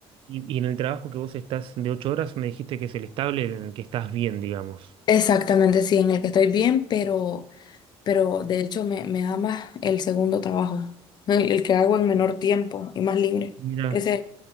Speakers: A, on the right (about 55°); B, on the left (about 40°).
A: Y, y en el trabajo que vos estás de ocho horas, me dijiste que es el estable en el que estás bien, digamos.
B: Exactamente, sí, en el que estoy bien, pero, pero de hecho me, me da más el segundo trabajo, el, el que hago en menor tiempo y más libre.
A: Mira.
B: Ese,